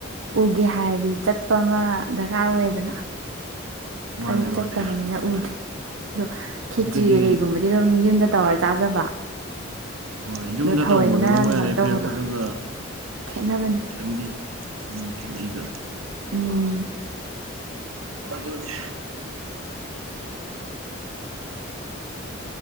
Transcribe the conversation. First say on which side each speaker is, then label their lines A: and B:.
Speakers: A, on the right; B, on the right.
A: ꯎꯒꯦ ꯍꯥꯏꯔꯗꯤ ꯆꯠꯄ ꯑꯃ ꯗꯔꯀꯥꯔ ꯑꯣꯏꯌꯦꯗꯅ
B: ꯃꯥꯅꯦ
A: ꯑꯗꯨ ꯆꯠꯇꯕꯅꯤꯅ
B: ꯃꯥꯅꯦ
A: ꯎꯗ꯭ꯔꯦ ꯑꯗꯣ ꯈꯦꯆ꯭ꯔꯤ
B: ꯑꯗꯨꯗꯤ
A: ꯀꯩ ꯀꯩꯒꯨꯝꯕ ꯑꯗꯨ ꯑꯗꯨꯝ ꯌꯨꯝꯗ ꯇꯧꯔ ꯆꯥꯖꯕ
B: ꯍꯣꯏ ꯌꯨꯝꯗ
A: ꯑꯗꯣ ꯊꯑꯣꯏꯅ
B: ꯇꯧꯕꯗꯨꯒ
A: ꯑꯗꯨꯃꯥꯏꯅ
B: ꯃꯣꯏ ꯑꯥꯗꯩ
A: ꯇꯧꯕꯗꯣ
B: ꯄꯤꯔꯛꯄꯗꯨꯒ
A: ꯈꯦꯠꯅꯕꯅꯦ
B: ꯈꯤꯇꯪꯗꯤ ꯈꯦꯠꯅꯩꯗ
A: ꯎꯝ
B: ꯑꯗꯨꯅꯦ